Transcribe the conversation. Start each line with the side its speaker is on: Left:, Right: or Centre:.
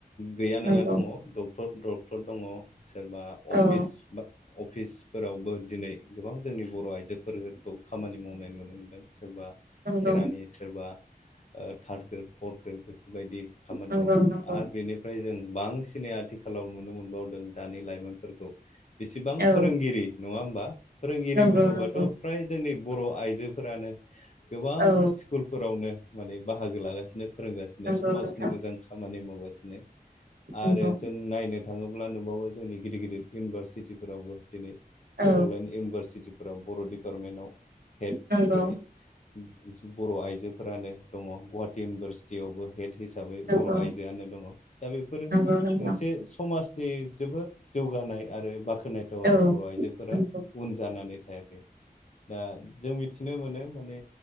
Left: गैया
Right: नंगौ
Left: नङा दङ डक्टर डक टर दङ सोरबा
Right: औ
Left: अफिस बा अ फिसफोरावबो दिनै गोबां जोंनि बर' आइजोफोरखौ खामानि मावनाय नुनो मोन्दों। सोरबा
Right: नंगौ
Left: खेरानि, सोरबा ओ थार्द ग्रेड, फर्थ ग्रेड बेफोरबायदि। खामानि
Right: नंगौ
Left: मावदों
Right: नंगौ
Left: आरो बेनिफ्राय जों बांसिनै आथिखालाव नुनो मोनबावदों दानि लाइमोनफोरखौ बिसिबां
Right: औ
Left: फोरोंगिरि नङा होमबा फोरोंगिरि
Right: नंगौ
Left: बुङोबाथ'
Right: नंगौ
Left: फ्राय जोंनि बर' आइजोफोरानो गोबां
Right: औ
Left: स्कुलफोरावनो माने बाहागो लागासिनो। फोरोंगासिनो
Right: नंगौ
Left: समाजनि
Right: नोंथां
Left: मोजां खामानि मावगासिनो
Right: नंगौ
Left: आरो जों नायनो थाङोब्ला नुबावो जोंनि गिदिर गिदिर इउनिभारसिटिफोरावबो दिनै
Right: औ
Left: बड'लेण्ड इउनिभारसिटिफोराव बर' डिपार्टमेन्टाव हेड
Right: नंगौ
Left: जेरै जि बर' आइजोफोरानो दङ। गुवाहाटि इउनिभारसिटियावबो हेड हिसाबै
Right: नंगौ
Left: बर' आइजोआनो दङ। दा बेफोरो
Right: नंगौ नोंथां
Left: मोनसे समाजनि बेबो जौगानाय आरो बाख्नायथाव आरो
Right: औ
Left: बर' आइजोफोरा
Right: नंगौ
Left: उन जानानै थायाखै दा जों मिथिनो मोनो माने